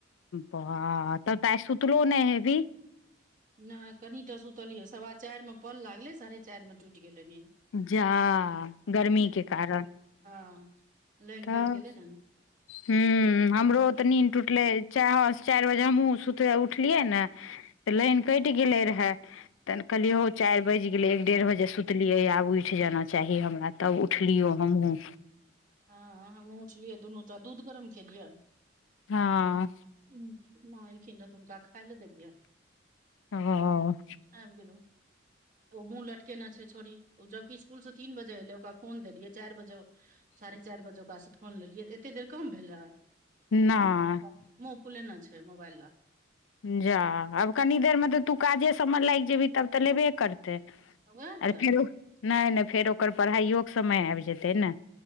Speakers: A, on the left; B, on the right.
A: वाह तबत आई सुतलो नहि हेबही?
B: नहि कनित सुतलियै पल लागिल सवा चारि मे पल लागलै साढ़े चारि मे टूटि गेल निन।
A: जा गर्मीके
B: हँ
A: कारण
B: लाइन
A: तऽ।
B: कटि गेलै ने
A: ह। ह, हमरो तऽ नींद टूटलै कई चारि बजे हमहूँ सुतक उठलियै ने। तऽ लाइन कटि गेले रहा तहन कहलियए हौ चारि बाजि गेले एक डेढ़ बजे सुतलियै आब। उठ जाना चाही हमरा तब उठलियो हमहूँ।
B: हँ, हमहूँ उँठलियै दुनू त दूध गरम खेलियनि
A: हँ
B: आ, माँ एलखिन तऽ हुन का खाय लैतम देबिय।
A: ह।
B: आब गलो ओ मुँह लटकेना छै छोड़ी, ओ जबकि स्कुलसे तीन बजे एलै ओकरा फोन देलियै चारि बजे साढ़े चारि बजे ओकरासँ फोन लेलियै, तऽ एते देर कम भेलै
A: नहि
B: हू मुँह फुलेने छै मोबइल ल
A: जा आब कनि देरमे तऽ तू काजे सभमे लागि जेबही तब तऽ लेबे करतै। त,
B: वएह
A: आ,
B: तऽ
A: फेरो नहि, नहि फेर ओकर पढ़ाइयोके समय आबि जेतै ने।